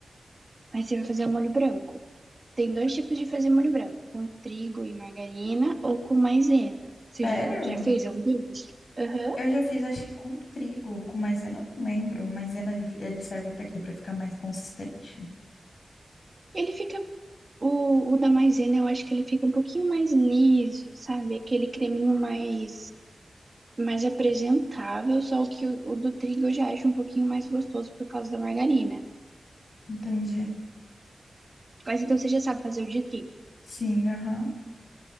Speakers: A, on the right; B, on the left.
A: Aí você vai fazer o molho branco. Tem dois tipos de fazer molho branco, com trigo e margarina ou com maisena. Você
B: Sério?
A: já, já fez algum deles? Aham.
B: Eu já fiz, acho que com trigo, com maisena, eu não lembro. Maisena ele, ele serve para quê? Para ficar mais consistente?
A: Ele fica o, o da maisena, eu acho que ele fica um pouquinho mais liso, sabe? Aquele creminho mais mais apresentável, só que o, o do trigo eu já acho um pouquinho mais gostoso por causa da margarina.
B: Entendi.
A: Mas então você já sabe fazer o de trigo.
B: Sim, aham,